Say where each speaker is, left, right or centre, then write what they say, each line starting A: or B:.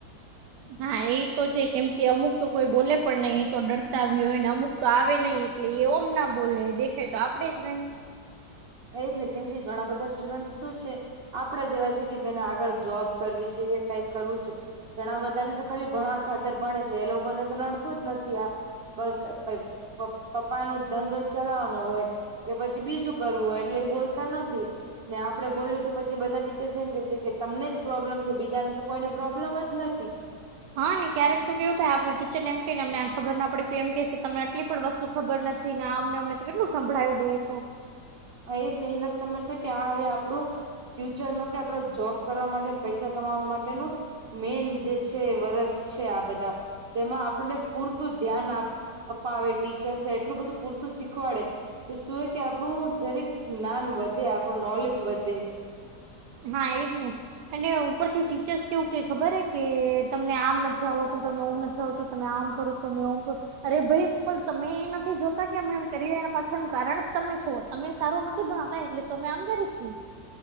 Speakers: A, on the right; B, on the right.
A: હા એ તો છે કેમ કે અમુક તો કોઈ બોલે પણ નઇ એ તો ડરતા ભી હોય ને અમુક તો આવે ન‌ઇ એટલે એ ઓમ ના બોલે દેખાય તો આપડે જ ન‌ઇ
B: એજ ને કેમ કે ઘણા બધા સ્ટુડન્ટ શું છે આપડા જેવા છે કે જેને આગળ જોબ કરવી છે કે કઈક કરવું છે ઘણા બધા ને તો ખાલી ભણવા ખાતર ભણે છે એ લોકોને તો નડતું જ નથી આ <unintelligible> પપ્પા નો ધંધો ચલાવવાનો હોય કે પછી બીજું કરવો એટલે એ બોલતા નથી ને આપડે બોલ તો પછી બધા ટીચર્સ એમ કે છે કે તમને જ પ્રોબ્લેમ છે બીજાને તો કોઈને પ્રોબ્લેમ જ નથી
A: હા ને ક્યારેક તો કેવું થાય આપડી ટીચરને એમ કનેમને આ ખબર ના પડી તો એમ કે તમનેટલી પણ વસ્તુ ખબર નથી તે નામ અમને તો કેટલું સંભળાવી દે તો
B: હ એ જ એ નથી સમજતા કે આ હવે આપણું ફ્યુચર નો કે આપડો જોબ કરવા માટે પૈસા કમાવા માટેનું મેન જે છે વર્ષ છે આ બધા તેમાં આપને પૂરતું ધ્યાન આપ અપાવે ટીચર્સ ને એટલું બધું પૂરતું શીખવાડે તો શું એ કે આપણું જરીક જ્ઞાન વધે આપણું નોલેજ વધે
A: હા એજ ને અને ઉપરથી ટીચર્સ કેવું કે ખબર હે કે તમને આમ નથી આવતું તને ઓમ નથી આવતું તમે આમ કરો તમે ઓમ કરો અરે ભાઈ પણ તમે એ નથી જોતા કે અમે એમ કરી રહ્યા એ પાછાનું કારણ જ તમે છો તમે સારું નથી ભણતા એટલે તમે આમ કરે છી